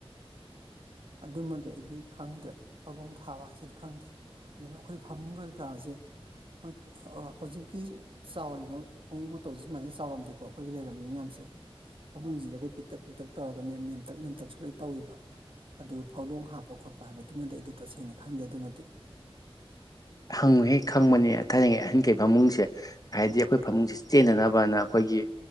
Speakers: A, on the right (about 60°); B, on the left (about 35°).
A: ꯑꯗꯨꯃꯗꯤ ꯑꯩꯗꯤ ꯈꯪꯗ꯭ꯔꯦ ꯐꯛꯂꯣꯡ ꯊꯥꯕ ꯍꯥꯏꯁꯤꯗꯤ ꯈꯪꯗꯦ ꯑꯗꯨꯝ ꯑꯩꯈꯣꯏ ꯐꯃꯨꯡꯒꯤ ꯀꯥꯁꯦ ꯈꯣꯏ ꯑ ꯍꯧꯖꯤꯛꯀꯤ ꯆꯥꯎꯔꯤꯕ ꯃꯑꯣꯡ ꯃꯇꯧꯁꯦ ꯁꯨꯃꯥꯏꯅ ꯆꯥꯎꯔꯝꯗꯦꯀꯣ ꯑꯩꯈꯣꯏꯒꯤ ꯂꯩꯔꯝꯃꯤꯕ ꯃꯌꯥꯝꯁꯦ ꯐꯃꯨꯡꯁꯤꯡꯁꯦ ꯈꯣꯏ ꯄꯤꯛꯇꯛ ꯄꯤꯛꯇꯛ ꯇꯧꯔꯒꯅꯦ ꯅꯦꯝꯇꯛ ꯅꯦꯝꯇꯛꯁꯨ ꯂꯣꯏ ꯇꯧꯋꯦꯕ ꯑꯗꯨ ꯐꯛꯂꯣꯡ ꯍꯥꯞꯄ ꯈꯣꯠꯄ ꯍꯥꯏꯕꯗꯨꯃꯗꯤ ꯑꯩꯗꯤ ꯇꯁꯦꯡꯅ ꯈꯪꯗꯦ ꯑꯗꯨꯃꯗꯤ
B: ꯍꯪꯉꯨꯍꯦ ꯈꯪꯕꯅꯤ ꯊꯥꯏꯅꯩ ꯑꯍꯟꯈꯩ ꯐꯃꯨꯡꯁꯦ ꯍꯥꯏꯗꯤ ꯑꯩꯈꯣꯏ ꯐꯃꯨꯡꯁꯦ ꯆꯦꯟꯗꯅꯕꯅ ꯈꯣꯏꯒꯤ